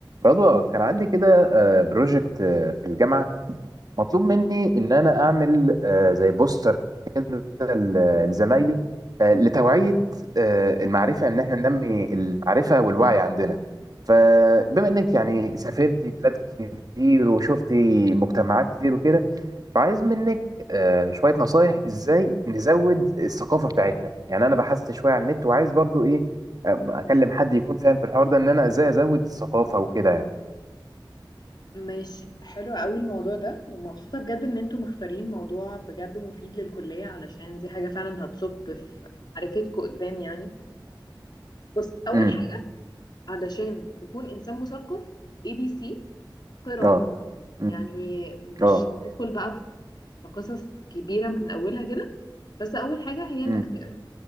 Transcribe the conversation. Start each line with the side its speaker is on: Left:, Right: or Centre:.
Right: رضوى كان عندي كده بروجكت في الجامعة مطلوب مني إن أنا أعمل آه، زي بوستر كده ل- لزمايلي آه، لتوعية آه، المعرفة إن إحنا ننمي المعرفة والوعي عندنا فبما إنك يعني سافرتي بلاد كتير وشفتي مجتمعات كتير وكده فعايز منك آه، شوية نصايح إزاي نزود الثقافة بتاعتنا يعني أنا بحثت شوية على النت وعايز برضو إيه آه، أكلم حد يكون فاهم في الحوار ده إن أنا إزاي أزود الثقافة وكده يعني
Left: ماشي حلو قوي الموضوع ده ومبسوطة بجد ان انتوا مختارين موضوع بجد مفيد للكلية علشان دي حاجة فعلا هتصب في معرفتكوا قدام يعني بص اول
Right: امم
Left: حاجة علشان تكون انسان مثقف اي بي سي قراءة
Right: اه امم
Left: يعني مش
Right: اه
Left: تدخل بقى في قصص كبيرة من اولها كده بس اول حاجة هي انك
Right: امم
Left: تقرا